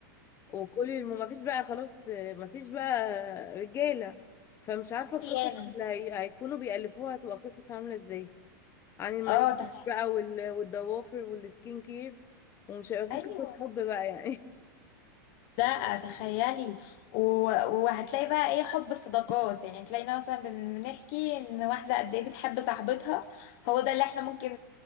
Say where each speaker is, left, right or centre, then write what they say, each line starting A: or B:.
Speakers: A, on the left; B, on the left.
A: وكل الم... ما فيش بقى خلاص ما فيش بقى رجاله فمش عارفه القصص
B: خيانة
A: اللي هي... هيكونوا بيألفوها هتبقى قصص عامله ازاي عن المانيكير
B: اه تخيل
A: بقى وال... والضوافر والسكين كير ومش هيبقى في
B: ايوه
A: قصص حب بقى يعني
B: لا تخيلي و... وهتلاقي بقى ايه حب الصداقات يعني تلاقينا مثلا بن- بنحكي ان واحدة قد ايه بتحب صاحبتها هو ده اللي احنا ممكن